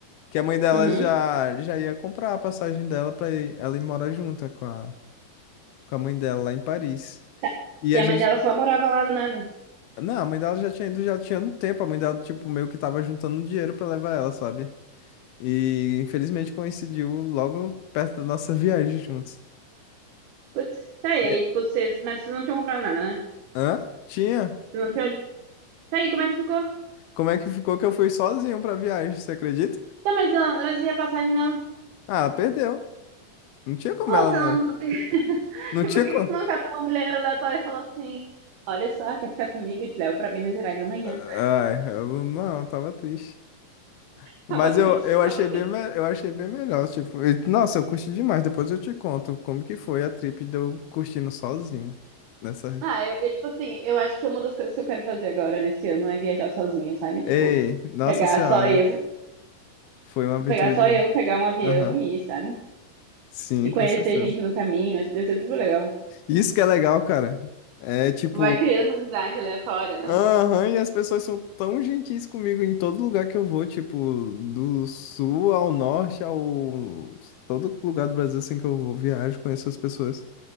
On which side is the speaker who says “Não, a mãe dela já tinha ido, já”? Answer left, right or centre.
Left